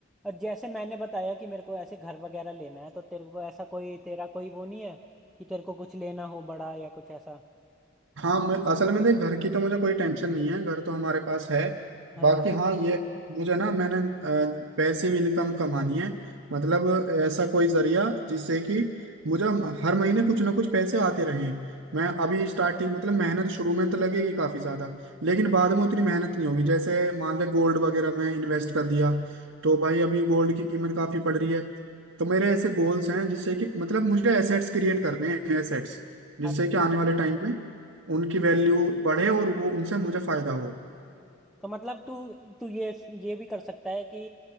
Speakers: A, in the centre; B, on the right.
A: और जैसे मैंने बताया कि मेरे को ऐसे घर वगैरह लेना है तो तेरे को ऐसा कोई तेरा कोई वो नहीं है कि तेरे को कुछ लेना हो बड़ा या कुछ ऐसा
B: हाँ मैं- असल में देख घर की तो मुझे कोई टेंशन नहीं है घर तो हमारे पास है
A: हाँ
B: बाकी हाँ ये मुझे ना मैंने पैसिव इनकम कमानी है मतलब ऐसा कोई जरिया जिससे कि मुझे हर महीने कुछ ना कुछ पैसे आते रहें मैं अभी स्टार्टिंग मतलब मेहनत शुरू में तो लगेगी काफी ज्यादा लेकिन बाद में उतनी मेहनत नहीं होगी जैसे मान ले गोल्ड वगैरह में इन्वेस्ट कर दिया तो भाई अभी गोल्ड की कीमत काफी बढ़ रही है तो मेरे ऐसे गोल्स हैं जिससे कि मतलब मुझे एसेट्स क्रिएट करने हैं एसेट्स जिससे
A: अच्छा,
B: कि आने वाले टाइम में उनकी वैल्यू बढ़े और वो उनसे मुझे फायदा हो
A: तो मतलब तू तू ये ये भी कर सकता है कि